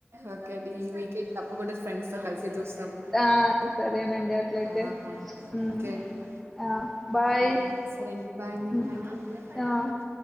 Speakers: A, on the right (about 65°); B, in the centre.
A: ఓకే అండి ఈ వీకెండ్ తప్పకుండా ఫ్రెండ్స్ తో కలిసి చూస్తాము
B: ఆ! సరేనండి అట్లయితే.
A: ఆ
B: హ్మ్.
A: ఓకే అండి
B: ఆ! బాయ్.
A: ఆ సరే అండి బాయ్ అండి
B: హ్మ్.
A: థ్యాంక్యూ
B: ఆ!